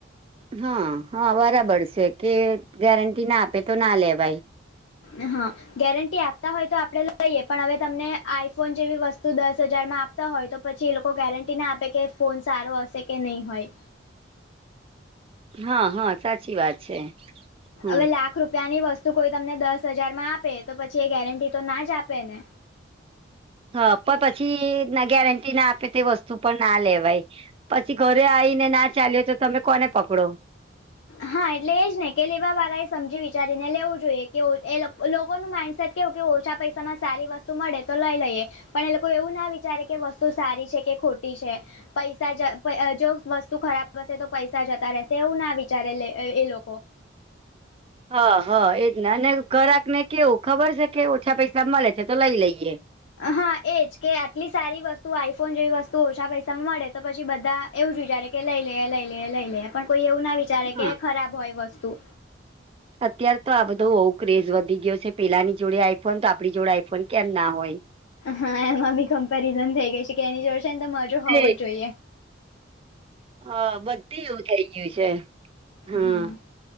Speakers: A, on the right; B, on the left.
A: હા હા બરાબર છે કે ગેરંટી ના આપે તો ના લેવાય.
B: હ હા ગેરંટી આપતા હોય તો આપડે લઈએ પણ હવે તમને આઈફોન જેવી વસ્તુ દસ હજારમાં હોય તો પછી એ લોકો ગેરંટી ના આપે કે ફોન સારો હશે કે નહીં હોય.
A: હા હા સાચી વાત છે. હમ
B: હવે લાખ રૂપિયાની વસ્તુ કોઈ તમને દસ હજાર માં આપે તો પછી એ ગેરંટી તો ના જ આપે ને
A: હા પણ પછી ના ગેરંટી ના આપે તે વસ્તુ પણ ના લેવાય- પછી ઘરે આવીને ના ચાલ્યો તો તમે કોને પકડો
B: હા એટલે એજ ને કે લેવા વાળા એ સમજી વિચારીને લેવું જોઈએ કેવું એ લોકોનું માઇન્ડ કેવું કે ઓછા પૈસામાં સારી વસ્તુ મળે તો લઈ લઈએ. પણ એ લોકો એવું ના વિચારે કે વસ્તુ સારી છે કે ખોટી છે. પૈસા જો વસ્તુ ખરાબ હશે તો પૈસા જતા રહેશે એવું ના જ્યારે એ લોકો
A: હા હા એજને અને ગોક ને કેવું ખબર છે, કે ઓછા પૈસા મળે છે તો લઈ લઈએ
B: હા એજ કે આટલી સારી વસ્તુ આઈફોન જેવી વસ્તુ ઓછા પૈસામાં મળે તો પછી બધા એવું જ વિચારે કે લઈ લઈએ લઈ લઈએ લઈ લઈએ પણ કોઈ એવું ના વિચારે
A: હા
B: કે ખરાબ હોય વસ્તુ
A: અત્ય્યારે તો આ બધો બઉુ ક્રેઝ વધી ગયો છે પેલાની જોડે આઈફોન તો આપણી જોડે આઈફોન કેમ ના હોય.
B: હા એમાં બી કમ્પેરિઝન થઈ ગઈ છે, કે એની જોર છેને તમાજ
A: હ
B: હોવો જ જોઈએ.
A: હા બધી એવું થઇ ગયું છે. હા
B: હમ